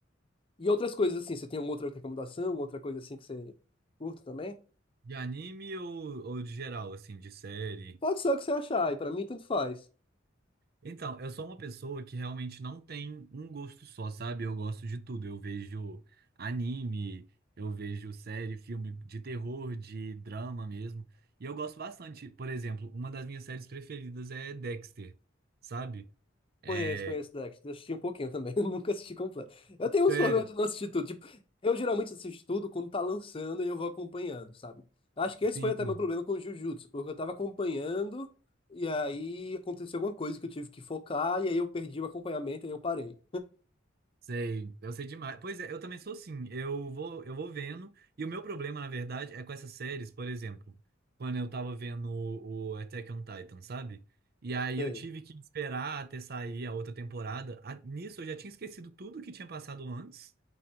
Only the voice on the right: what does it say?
De anime ou, ou de geral, assim, de série?
Então, eu sou uma pessoa que realmente não tem um gosto só, sabe? Eu gosto de tudo. Eu vejo anime, eu vejo série, filme de terror, de drama mesmo. E eu gosto bastante. Por exemplo, uma das minhas séries preferidas é Dexter, sabe? É,
sério,
sim,
Sei, eu sei demais. Pois é, eu também sou assim. Eu vou, eu vou vendo. E o meu problema, na verdade, é com essas séries, por exemplo, quando eu tava vendo o, o Attack on Titan, sabe? E aí
eu tive que esperar até sair a outra temporada. A- nisso eu já tinha esquecido tudo que tinha passado antes.